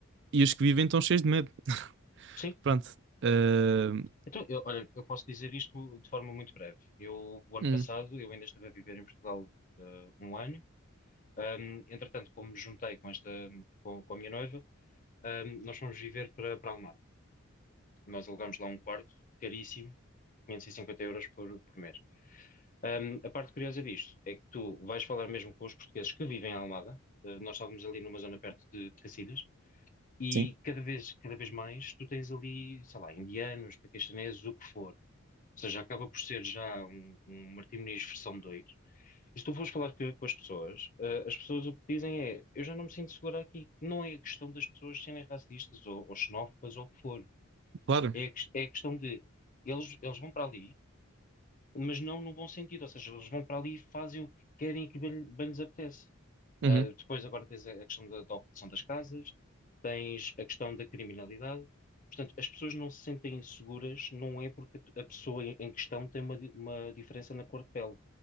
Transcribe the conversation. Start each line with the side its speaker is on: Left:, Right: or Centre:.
Right: e os que vivem estão cheios de medo. <laughs>
Left: Sim.
Right: Pronto, Uh,
Left: Então, eu, olha, eu posso dizer isto de forma muito breve. Eu, o ano
Right: hum,
Left: passado, eu ainda estive a viver em Portugal eh, um ano. Ahm, entretanto, como me juntei com esta, com, com a minha noiva, ahm, nós fomos viver para, para Almada. Nós alugámos lá um quarto, caríssimo, 550 euros por, por mês. Ahm, a parte curiosa disto é que tu vais falar mesmo com os portugueses que vivem em Almada. Eh, nós estávamos ali numa zona perto de Cacilhas. E
Right: sim,
Left: cada vez, cada vez mais tu tens ali, sei lá, indianos, paquistaneses, o que for. Ou seja, acaba por ser já um, um Martim Moniz versão 2. E se tu fores falar com, com as pessoas, eh, as pessoas o que dizem é: eu já não me sinto segura aqui. Não é a questão das pessoas serem racistas ou, ou xenófobas ou o que for.
Right: claro.
Left: É a, ques- é a questão de eles, eles vão para ali, mas não no bom sentido. Ou seja, eles vão para ali e fazem o que querem e que bem, bem lhes apetece.
Right: Uhum.
Left: Uh, depois agora tens a a questão da, da ocupação das casas, tens a questão da criminalidade. Portanto, as pessoas não se sentem seguras, não é porque a a pessoa em em questão tem uma, di- uma diferença na cor de pele.